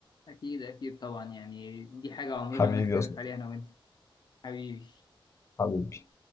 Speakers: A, on the left; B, on the left.
A: اكيد اكيد طبعا يعني دي حاجه عمرنا
B: حبيبي
A: ما نختلف
B: يا صديقي
A: عليها انا وانت حبيبي
B: حبيبي